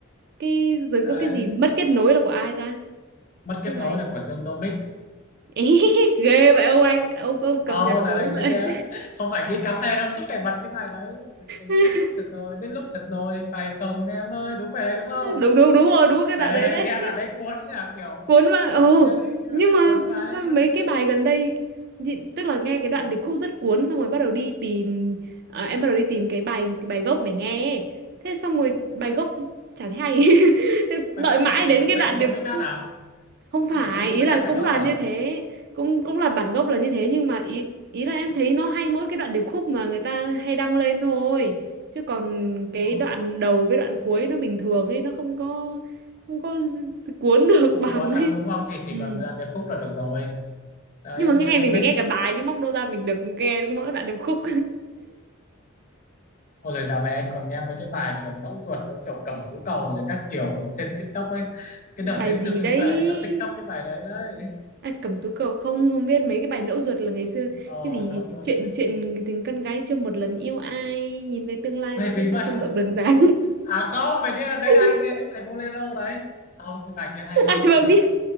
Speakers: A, on the right (about 50°); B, on the left (about 40°).
A: cái Rồi
B: đấy
A: có cái gì mất kết nối là của ai ta
B: mất
A: Cái
B: kết
A: bài
B: nối là của Dương Domic
A: <laughs> Ghê vậy ông anh Ông, ông cập
B: Ồ,
A: nhật
B: oh,
A: gớm
B: giờ đấy
A: vậy
B: tôi ghé Không phải đi cà phê đâu, suốt ngày bật cái bài đấy Chuyện mình
A: <laughs>
B: kết thúc thật rồi, đến lúc thật rồi Phải không em ơi, đúng bài đấy đúng không
A: đúng đúng đúng rồi đúng cái đoạn
B: Đây đây
A: đấy
B: đây,
A: đấy
B: nghe là đấy cuốn là kiểu
A: cuốn mà ừ
B: Nghe đấy, nghe
A: nhưng
B: đoạn đấy
A: mà
B: cuốn mà đấy
A: sao
B: Cái
A: mấy cái bài gần đây nhị- tức là nghe cái đoạn điệp khúc rất cuốn xong rồi bắt đầu đi tìm à, em bắt đầu đi tìm cái bài cái bài gốc để nghe ấy. thế xong rồi bài gốc chả thấy hay <laughs>
B: Bài
A: đợi
B: gốc
A: mãi
B: là của,
A: đến
B: không
A: cái
B: phải
A: đoạn
B: Dương Domic
A: điệp khúc
B: hát à
A: không
B: Không
A: phải
B: phải Dương Domic
A: ý là
B: hát bài
A: cũng
B: gốc
A: là
B: à
A: như thế cũng cũng là bản gốc là như thế nhưng mà ý ý là em thấy nó hay mỗi cái đoạn điệp khúc mà người ta hay đăng lên thôi chứ còn cái
B: Ồ,
A: đoạn đầu với đoạn cuối nó bình thường ấy nó không có không có cuốn được
B: Không
A: <laughs> bằng
B: cuốn
A: ấy
B: lắm đúng không Thì chỉ
A: Ừ.
B: cần làm điệp khúc là được rồi Đấy,
A: nhưng mà nghe
B: Dương Domic
A: mình phải nghe cả bài chứ móc đâu ra mình được nghe mỗi đoạn điệp khúc
B: Ồ, rồi dạo này anh còn nghe mấy cái bài kiểu nẫu ruột giống kiểu cầm tú cầu rồi các kiểu trên TikTok ấy. Cái
A: <laughs>
B: đợt
A: bài
B: đấy Sư
A: gì
B: Minh
A: đấy
B: Tuệ nó TikTok cái bài đấy đấy.
A: À, Cẩm Tú Cầu không không biết mấy cái bài Ngẫu Ruột là ngày xưa
B: Ờ,
A: cái gì
B: nẫu ruột.
A: chuyện chuyện tình con gái chưa một lần yêu ai nhìn về tương lai
B: Bài
A: mà
B: gì
A: thấy sao
B: vậy?
A: sông rộng đường dài
B: À không, bài đi đấy
A: <laughs>
B: ai nghe cái bài Bolero đấy. Không, cái bài kia hay hơn
A: ai mà biết
B: bài đấy.